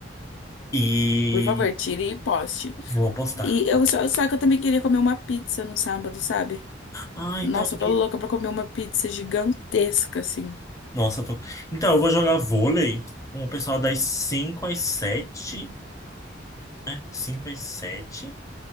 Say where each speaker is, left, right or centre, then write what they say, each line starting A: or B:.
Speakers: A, on the left; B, on the left.
A: E
B: Por favor, tire e poste.
A: vou postar.
B: E eu só, só que eu também queria comer uma pizza no sábado, sabe?
A: Ah, então
B: Nossa, eu
A: que
B: tô louca pra comer uma pizza gigantesca, assim.
A: Nossa, eu tô... Então, eu vou jogar vôlei com o pessoal das 5 às 7. né? 5 às 7.